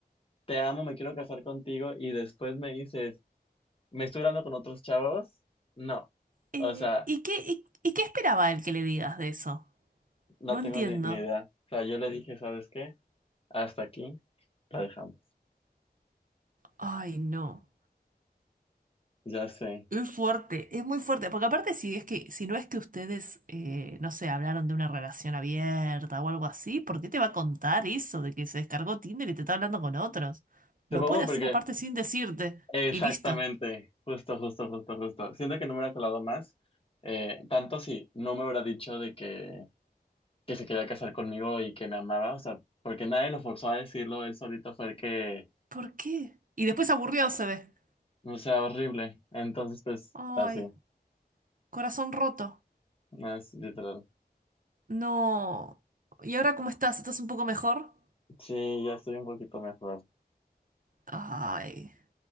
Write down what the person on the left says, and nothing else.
te amo, me quiero casar contigo y después me dices... ¿Me estoy hablando con otros chavos? No.
O sea,
no
tengo
ni, ni idea. O sea, yo le dije, ¿sabes qué? Hasta aquí la dejamos.
Ya sé.
Supongo
porque...
Exactamente.
Justo, justo, justo, justo. Siento que no me hubiera colado más. eh, tanto si no me hubiera dicho de que, que se quería casar conmigo y que me amaba. O sea, porque nadie lo forzó a decirlo. Él solito fue el que...
No sea horrible. Entonces, pues,
así.
Más literal.
Sí, ya estoy un poquito mejor.